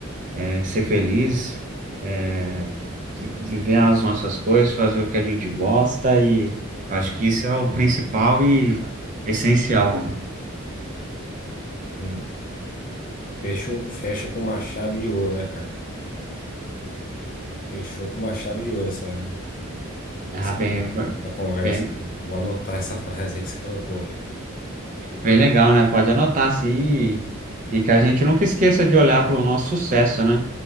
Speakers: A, on the right (about 40°); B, on the left (about 40°).
A: é, ser feliz, é, vi- viver as nossas coisas, fazer o que a gente gosta e acho que isso é o principal e essencial.
B: Sim. Fechou, fecha com uma chave de ouro, né, cara? Fechou com uma chave de ouro essa.
A: Ah,
B: Essa,
A: bem, foi-
B: essa conversa,
A: bem
B: né? Vou anotar essa frase aí que você colocou, velho.
A: Bem legal, né? Pode anotar assim e, e que a gente nunca esqueça de olhar para o nosso sucesso, né?